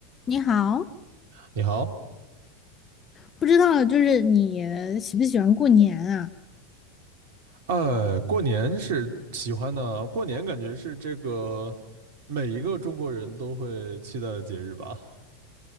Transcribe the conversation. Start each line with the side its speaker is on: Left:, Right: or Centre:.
Left: 你好，
Right: 你好，
Left: 不知道就是你喜不喜欢过年啊？
Right: 呃，过年是喜欢的，过年感觉是这个每一个中国人都会期待的节日吧？